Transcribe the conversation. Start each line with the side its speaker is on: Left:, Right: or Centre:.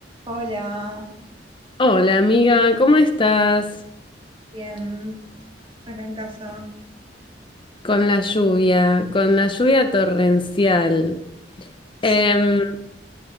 Right: Hola,
Left: Hola amiga, ¿cómo estás?
Right: bien, acá en casa.
Left: Con la lluvia, con la lluvia torrencial.
Right: Sí,
Left: Em,